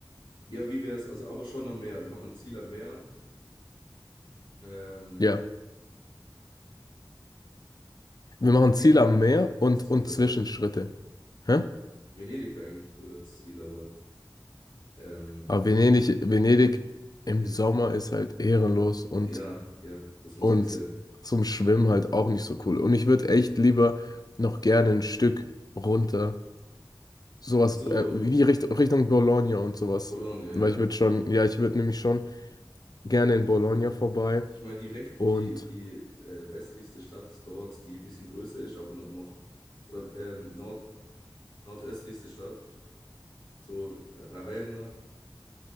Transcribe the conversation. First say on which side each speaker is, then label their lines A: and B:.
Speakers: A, on the left (about 70°); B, on the left (about 50°).
A: ja, wie wäre es, also aber schon am Meer. Wir machen ein Ziel am Meer. Ähm,
B: Ja, wir machen
A: Venedig
B: Ziel am
A: wäre
B: Meer
A: eigentlich ein cooles
B: und,
A: Ziel,
B: und
A: aber
B: Zwischenschritte.
A: das,
B: Hä?
A: Venedig wäre eigentlich cool als Ziel, aber ähm,
B: Aber Venedig, Venedig im
A: it-
B: Sommer ist halt ehrenlos und,
A: ja, ja, das muss
B: und
A: nicht sein.
B: zum Schwimmen halt auch nicht so cool. Und ich würde echt lieber noch gerne ein Stück runter, sowas
A: So,
B: äh, wie Richt Richtung Bologna und sowas.
A: Bologna, ja.
B: Weil ich würde schon, ja, ich würde nämlich schon gerne in Bologna vorbei
A: Ich meine, die recht,
B: und
A: die, die äh, westlichste Stadt dort, die ein bisschen größer ist, aber no- noch, oder ähm, Nord, nordöstlichste Stadt, so Ravenna,